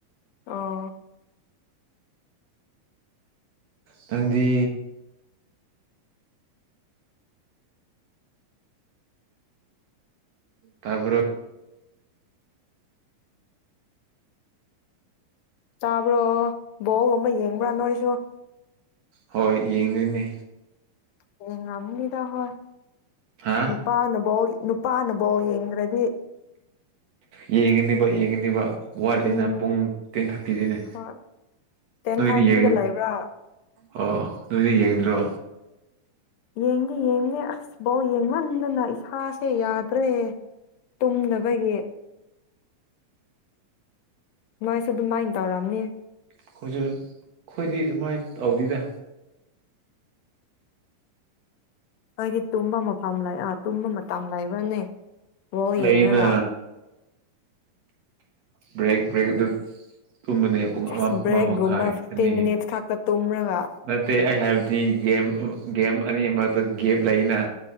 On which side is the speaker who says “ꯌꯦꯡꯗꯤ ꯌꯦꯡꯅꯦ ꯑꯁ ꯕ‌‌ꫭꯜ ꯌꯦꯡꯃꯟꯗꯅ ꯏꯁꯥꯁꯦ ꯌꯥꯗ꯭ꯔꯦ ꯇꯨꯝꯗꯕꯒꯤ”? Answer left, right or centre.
Left